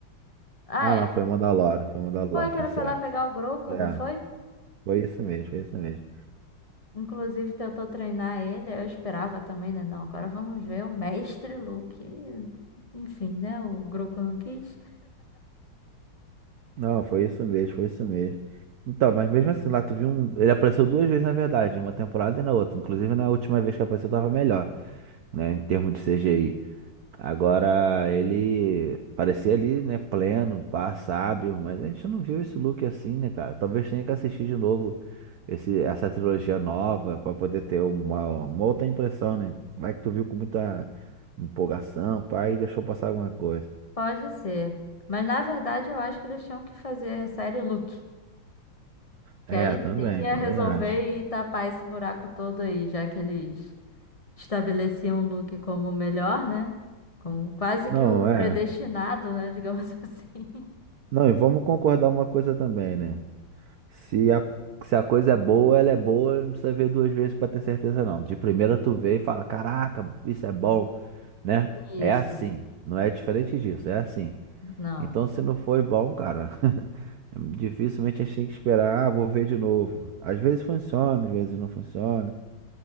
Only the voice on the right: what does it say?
Ah, não,
foi em Mandalore, foi em Mandalore,
tá
certo.
É,
foi isso mesmo, foi isso mesmo.
Não, foi isso mesmo, foi isso mesmo. Então, mas mesmo assim, lá tu viu um. Ele apareceu duas vezes, na verdade, em uma temporada e na outra. Inclusive, na última vez que apareceu, tava melhor. né, em termos de CGI. Agora ele parecia ali, né, pleno, pá, sábio, mas a gente não viu esse look assim, né, cara? Talvez tenha que assistir de novo esse, essa trilogia nova pra poder ter uma, uma outra impressão, né? Vai que tu viu com muita empolgação, pá, e deixou passar alguma coisa.
É,
também,
também
acho.
Não,
é.
Não, e vamos concordar uma coisa também, né? Se a, se a coisa é boa, ela é boa, não precisa ver duas vezes pra ter certeza não. De primeira tu vê e fala, caraca, isso é bom, né?
É assim, não é diferente disso, é assim.
Então se não foi bom, cara, <laughs> dificilmente a gente tem que esperar, ah, vou ver de novo. Às vezes funciona, às vezes não funciona,